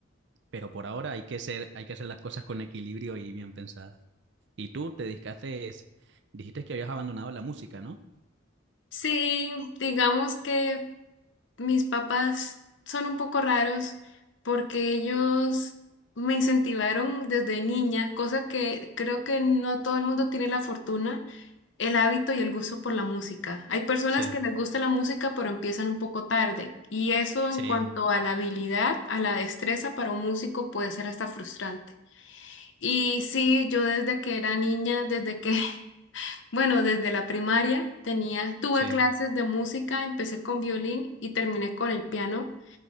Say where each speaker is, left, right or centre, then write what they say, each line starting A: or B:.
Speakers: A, on the right; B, on the left.
A: pero por ahora hay que ser, hay que hacer las cosas con equilibrio y bien pensadas. Y tú te dedicaste, dijiste que habías abandonado la música, ¿no?
B: Sí, digamos que Mis papás son un poco raros porque ellos me incentivaron desde niña, cosa que creo que no todo el mundo tiene la fortuna, el hábito y el gusto por la música. Hay personas
A: Sí,
B: que les gusta la música pero empiezan un poco tarde y eso
A: sí,
B: en cuanto a la habilidad, a la destreza para un músico puede ser hasta frustrante. Y sí, yo desde que era niña, desde que <laughs> bueno, desde la primaria tenía, tuve
A: sí.
B: clases de música, empecé con violín y terminé con el piano